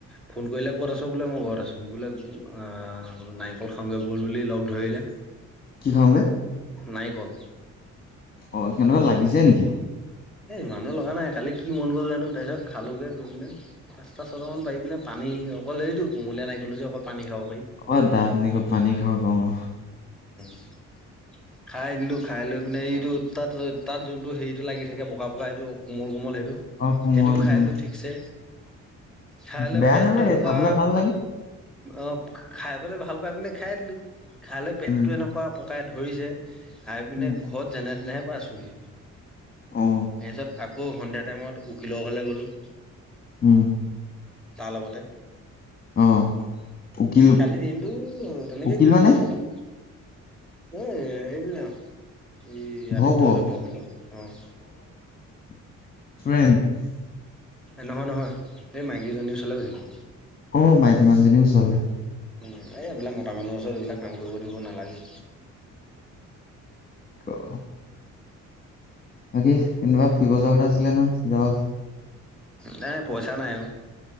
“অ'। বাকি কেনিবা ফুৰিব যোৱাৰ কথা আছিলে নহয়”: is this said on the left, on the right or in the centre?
Left